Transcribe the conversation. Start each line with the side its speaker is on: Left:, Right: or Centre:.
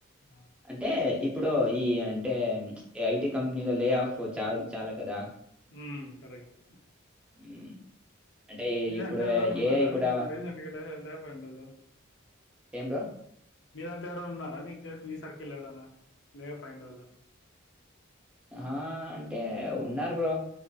Left: ఆ!
Centre: అంటే ఇప్పు ఇప్పుడు ఈ అంటే ఐటి కంపెనీలో లే ఆఫ్ చ చాలా కదా
Left: ఉమ్ కరెక్ట్
Centre: ఉమ్ అంటే ఈ-
Left: మీదాంట్లో
Centre: ఇప్పుడు
Left: ఎవరన్నా ఉన్నారా
Centre: ఏఐ కూడా
Left: మొన్న రీసెంట్ గా లైవ్లీ లేవు ఎండలో
Centre: ఎంరా
Left: మీరంతా ఎవరైనా ఉన్నారా నీకు తె నీ సర్కెల్ ఎవరనా లే ఫైండ్ వొళ్ళు
Centre: ఆ అంటే ఉన్నారు బ్రో